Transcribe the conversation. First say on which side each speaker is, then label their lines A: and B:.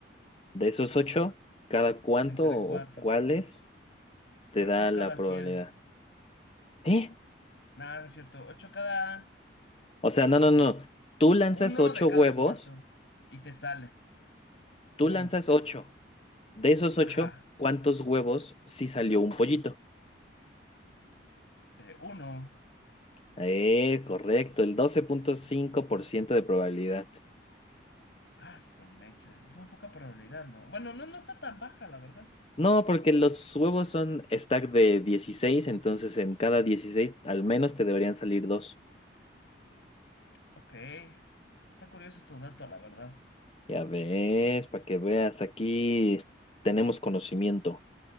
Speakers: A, on the left (about 30°); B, on the left (about 65°).
A: De esos ocho, ¿cada cuánto
B: ¿Entre
A: o
B: cuántos?
A: cuáles te
B: ocho
A: da
B: cada
A: la
B: cien
A: probabilidad? ¿Eh?
B: Nada, no es cierto. ocho cada
A: O
B: ocho
A: sea, no, no, no. Tú lanzas
B: Uno
A: ocho
B: de cada
A: huevos.
B: cuánto. Y te sale. Uno.
A: Tú lanzas ocho. De esos
B: Ajá.
A: ocho, ¿cuántos huevos sí salió un pollito?
B: Eh, uno.
A: Eh, correcto, el doce punto cinco por ciento de probabilidad.
B: Ah, su mecha. Es muy poca probabilidad, ¿no? Bueno, no, no está tan baja, la verdad.
A: No, porque los huevos son stack de 16, entonces en cada 16 al menos te deberían salir dos.
B: Ok. Está curioso tu dato, la verdad.
A: Ya ves, para que veas, aquí tenemos conocimiento.